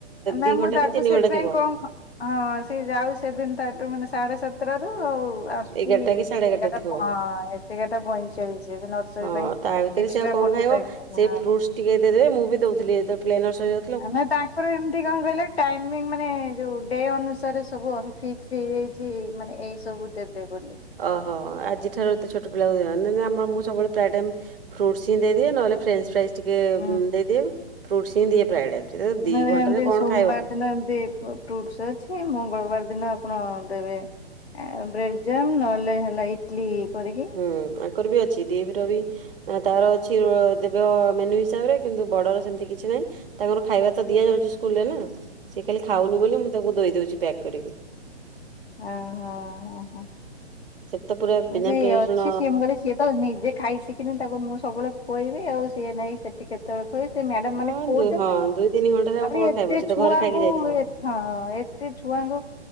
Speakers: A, on the left (about 65°); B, on the right (about 55°).
A: ନାଇଁ
B: ଦି
A: ମୁଁ
B: ଘଣ୍ଟା
A: ତାକୁ
B: କି ତିନି
A: ସେଥିପାଇଁ
B: ଘଣ୍ଟା ଥିବ।
A: କଣ ହଁ ସେ ଯାଉ ସେବିନ ତୁ ମାନେ ସାଢେ ସାତଟାରୁ ଆଉ ଆସୁଛି
B: ଏଗାରଟା କି ସାଢେ ଏଗାରଟା
A: ଏଗାର
B: ଥିବ
A: ଟା ପଇଁ ପଇଁଚାଳିଶ ଏବେ ନର୍ସରୀ
B: ହଁ
A: ପାଇଁ।
B: ତା ଭିତରେ
A: ଏକ୍ସଟ୍ରା
B: ସେ ଆଉ କଅଁ
A: ଫୋର୍ଟି
B: ଖାଇବ
A: ଫାଇଭ୍ ହଁ
B: ସେଇ ଫ୍ରୁଟସ୍ ଟିକେ ଦେଇ ଦେବେ ମୁଁ ବି ଦଉଥିଲି ପ୍ଲେ, ନର୍ସ ଯା
A: ଆମେ ତାଙ୍କର ଏମିତି କଣ କଇଲେ। ଟାଇମିଙ୍ଗ ମାନେ ଯଉ ଡେ ଅନୁସାରେ ସବୁ ଫିକ୍ସ ହେଇଯାଇଛି ମାନେ ଏଇ ସବୁ ଦେବେ ବୋଲି।
B: ଓହୋ ଆଜି ଠାରୁ ଏତେ ଛୋଟ ପିଲା କୁ ଦିଅନି ନା ମୁଁ ଆମର ସବୁବେଳେ ପ୍ରାଏଟାଇମ୍ ଫ୍ରୁଟସ୍ ଦେଇଦିଏ ନ ହେଲେ ଫ୍ରେଞ୍ଚ ଫ୍ରାଇଜ୍ ଟିକେ
A: ହୁଁ
B: ଦେଇଦିଏ ଫ୍ରୁଟସ୍ ହିଁ ଦିଏ ପ୍ରାୟ ଟାଇମ୍। ସେ ଦି
A: ମାନେ
B: ଘଣ୍ଟାରେ
A: ଏମତି
B: କଣ
A: ସୋମବାର
B: ଖାଇବ।
A: ଦିନ ଏମିତି ଫ୍ରୁଟସ୍ ଅଛି ମଙ୍ଗଳବାର ଦିନ ଆପଣ ଦେବେ। ଆ ବ୍ରେଡ୍ ଜାମ୍ ନହେଲେ ହେଲା ଇଟଲି କରିକି।
B: ହୁଁ, ଆଙ୍କର ବି ଅଛି ଡିଏଭି ର ବି ତାର ଅଛି ଦେବ ମେନ୍ୟୁ ହିସାବରେ କିନ୍ତୁ ବଡର ସେମିତି କିଛି ନାହିଁ। ତାଙ୍କର ଖାଇବା ତ ଦିଆ ଯାଉଛି ସ୍କୁଲ ରେ ନା ସି ଖାଲି ଖାଉନି ବୋଲି ମୁଁ ତାଙ୍କୁ ଦେଇ ଦଉଛି ପ୍ୟାକ୍ କରିକି।
A: ଆହା ଆହା
B: ସେଠି ତ ପୁରା ବିନା
A: ହା
B: ପିଆଜ ରସୁଣ
A: ଅଛି ସିଏ ମୁ କହିଲି ସିଏ। ତ ନିଜେ ଖାଇସିିକିନି ତାକୁ ମୁଁ ସବୁବେଳେ ଖୁଏଇବି ଆଉ ସିଏ ନାଇଁ ସେଠି ସେଠି କେତେବେଳେ କହେ ସେ ମ୍ୟାଡାମ ମାନେ
B: ଅଁ,
A: ଖୋଉଛନ୍ତି
B: ଦୁ ହଁ ଘଣ୍ଟାରେ ଆଉ
A: ତାପରେ
B: କଣ
A: ଏତେ
B: ଖାଇବ? ସେ ତ
A: ଛୁଆଙ୍କୁ
B: ଘରେ ଖାଇକି ଯାଇଥିବ।
A: ହଁ, ଏତେ ଛୁଆଙ୍କୁ